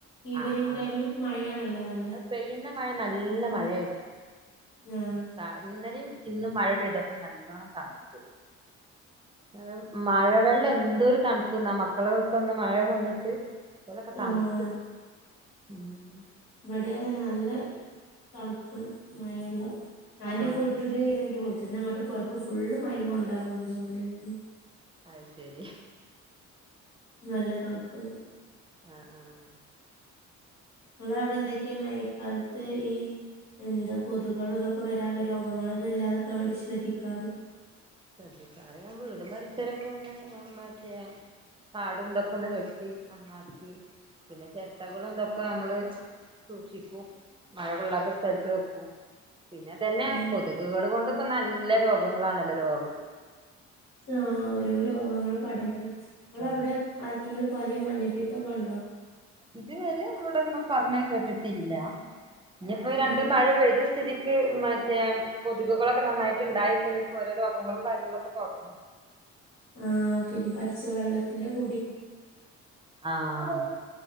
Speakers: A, on the left (about 85°); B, on the right (about 15°).
A: ഈവനിങ്
B: ആഹ് ആഹ്
A: ടൈമില് മഴ ആണല്ലോ നല്ല
B: അത് പെയ്യുന്ന മഴ നല്ല മഴയായി
A: ആഹാ
B: ആഹ് ഇന്നലേം ഇന്നും മഴ പെയ്തപ്പോ നല്ലോണം തണുത്തു അത് മഴ വെള്ളം എന്തൊരു തണുപ്പ്ന്നാ മക്കള്കളൊക്കൊന്ന് മഴ കൊണ്ട്ട്ട് ലൊക്കെ തണുത്ത്
A: ആഹ്
B: ഉം
A: ഇവിടെ അതേ നല്ല തണുപ്പുണ്ട് മഴവെള്ളം ഞാൻ ഇന്റെ
B: ആഹ്
A: വീട്ട് <unintelligible> ന്റെ വീട്ടീന്ന് ഇങ്ങട്ട് പോയപ്പോ ഫുള്ളും മയേംകൊണ്ടാ പോകുന്ന മോനും ഞാനും
B: അത് ശരി
A: നല്ല തണുപ്പുണ്ട്
B: ആഹ് ആഹ് ആഹ്
A: നിങ്ങള അവിടെ എന്തൊക്കെയാ മയക്കാലത്ത് ഈ എന്താ കൊതുകുകളും ഇതൊക്കെ വരാതെ രോഗങ്ങളൊന്നും ഇല്ലാതാക്ക വേണ്ടി ശ്രദ്ധിക്കാറ്
B: ശ്രദ്ധിക്കാറ് ഞാൻ വീടും പരിസരൊക്കൊന്ന് നമ മറ്റേ കാടും ഇതൊക്കെ ഒന്ന് വെട്ടി നന്നാക്കി പിന്നെ ചെരട്ടകളിന്തൊക്കെ നമ്മള് സൂക്ഷിക്കും മഴ കൊള്ളാത്ത സ്ഥലത്ത് വെക്കും പിന്നെ ഇതന്നെ
A: ആഹ്
B: കൊതുകുകള് കൊണ്ട് ഇപ്പോ നല്ല രോഗങ്ങളാണല്ലോ രോഗ
A: ആഹ് ഓരോ രോഗങ്ങള് പടരുന്നു നിങ്ങളവിടെ
B: ആ
A: ആരിക്കെങ്കിലും പനിയോ മഞ്ഞപ്പിത്തോക്കൊ ഒണ്ടോ
B: ഇതുവരെ ഇവിടൊന്നും പറഞ്ഞ കേട്ടിട്ടില്ല ഇനിപ്പോ
A: ആഹ്
B: രണ്ട് മഴ പെയ്ത സ്ഥിതി ക്ക് മറ്റേ കൊതുകുകളൊക്കെ നന്നായിട്ട് ഇണ്ടായിപ്പോ ഇനിപ്പോ ഓരോ രോഗങ്ങളും കാര്യങ്ങളൊക്കെ തൊടങ്ങും
A: ആഹ് പിന്നെ പച്ചവെള്ളത്തിന്റെ കുടീം
B: ആഹ്